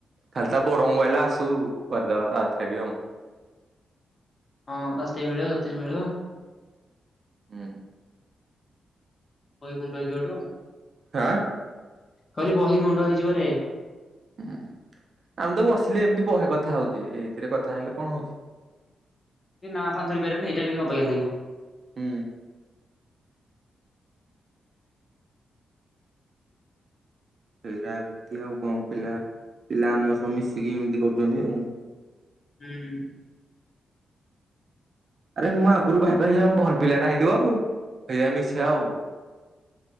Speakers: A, on the right; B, on the left.
A: ଖାଲି ତା ବଡ ମୋବାଇଲିଟା ଆସୁ କରିଦବା ତାଥିରେ ବି ଆଉ।
B: ହଁ ରାସ୍ତା ମିଳିବ ତତେ ମିଳିବ।
A: ହୁଁ।
B: ବହି ଗୁଣ୍ଡ ହେଇଯିବ ହେଇଟୁ।
A: ହଁ।
B: କହିଲି ବହି ଗୁଣ୍ଡ ହେଇଯିବରେ।
A: ହୁଁ ଆମେ ତ ବସିଲେ ଏମିତି ବେ କଥା ହଉଛେ ଏଇଥିରେ କଥା ହେଲେ କଣ ହଉଛି।
B: ନା ଫା ଧରି ପାରିବାନି ଏଇଟା ବି ଅବାଗିଆ ଲାଗିବ।
A: ହୁଁ। ସେଇଟା ଏମିତି ଆଉ କଣ ପିଲା ପିଲା ଆମ ସହ ମିଶିକି ଏମିତି କରୁଛନ୍ତି ଆଉ।
B: ହୁଁ।
A: ଆରେ ମୁଁ ଆଗରୁ ଭାବେ ଭଲ ପିଲା ଟା ହେଇଥିବ ଆଉ ହେଇଯାଏ ମିଶେଇ ଆଉ।